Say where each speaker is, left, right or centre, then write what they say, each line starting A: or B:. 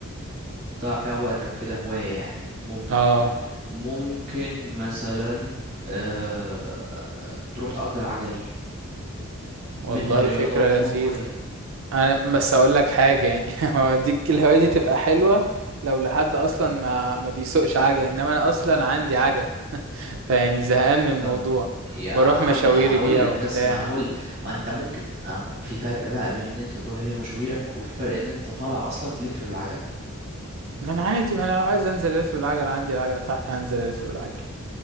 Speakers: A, on the right (about 50°); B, on the right (about 65°).
A: تضيع فيها وقتك كده هواية يعني ممكن
B: اه
A: ممكن مثلا آه... تروح تأجر عجل
B: والله
A: منها رياضة
B: فكره
A: ومنها
B: لذيذه
A: هواية
B: انا بس اقول لك حاجه يعني <laughs> هو ديك الهوايه دي تبقى حلوه لو لحد اصلا ما ما بيسوقش عجله انما انا اصلا عندي عجله <laughs> فيعني زهقان من الموضوع
A: طب يا
B: بروح
A: عمي
B: مشاويري
A: هقول
B: بيها
A: لك
B: وبتاع
A: بس ما انا هقول ما انت ممكن أما في فرق بقى بين ان انت تروح بيها مشاويرك وفي فرق ان انت طالع اصلا تلف بالعجله
B: ما انا عادي ما انا لو عايز انزل الف بالعجله عندي العجله تحت هنزل الف بالعجله